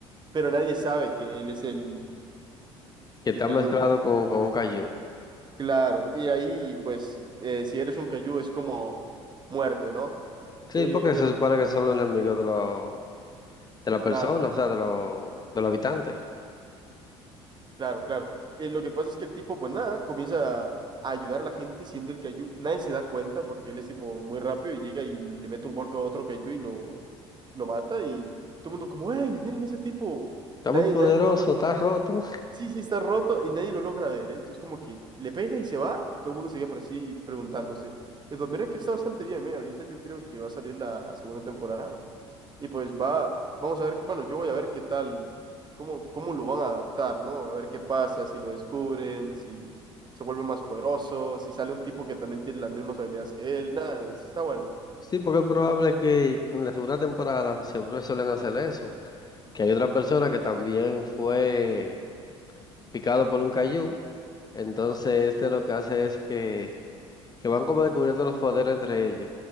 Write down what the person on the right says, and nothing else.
pero nadie sabe que él es el,
el kaiju,
¿no?
Claro, y ahí, pues, eh, si eres un cayú es como muerte, ¿no?
Eh,
el-
claro,
claro, claro. Eh, lo que pasa es que el tipo, pues nada, comienza a ayudar a la gente siendo el cayú. Nadie se da cuenta porque él es tipo muy rápido y llega y le mete un golpe a otro cayú y lo, lo mata y todo el mundo como, ¡Ey, miren ese tipo!
Nadie,
nadie lo logra,
sí, sí, está roto y nadie lo logra ver, ¿eh? Es como que le pega y se va y todo el mundo sigue por así preguntándose. Entonces, mira que está bastante bien, ¿eh? Ahorita yo creo que va a salir la segunda temporada. Y pues va, vamos a ver, bueno, yo voy a ver qué tal, cómo, cómo lo van a adaptar, ¿no? A ver qué pasa, si lo descubren, si se vuelve más poderoso, si sale un tipo que también tiene las mismas habilidades que él, nada, está bueno, ¿eh?